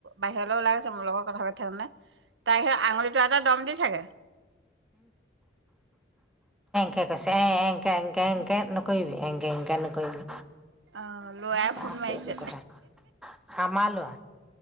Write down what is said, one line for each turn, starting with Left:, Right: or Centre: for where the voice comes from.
Right: বাহিৰলৈ ওলাই আহিছে, মোৰ লগত কথা পাতি থকা কাৰণে, তাই হে আঙুলি টোৱাই দম দি থাকে। <inaudible>
Centre: সি কৈছে এ এংকে-এংকে-এংকে নকৰিবি। এনেকে এনেকে নকৰিবি
Right: অ লৰাই
Centre: বাদদে
Right: ফোন মাৰিছে
Centre: সেইবোৰ কথা সামালোৱা